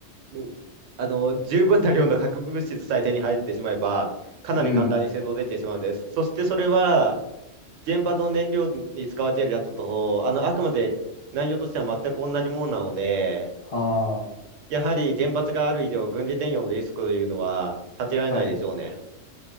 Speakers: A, on the right; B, on the left.
A: うんあの十分な量の核物質さえ手に入ってしまえば、かなり簡単に製造できてしまうんです。
B: うん。
A: そしてそれは、原発の燃料に使われているやつと、あのあくまで内容としては全く同じものなので、
B: は
A: やはり原発がある以上、軍事転用のリスクというのは避けられないでしょうね。
B: あ。はい。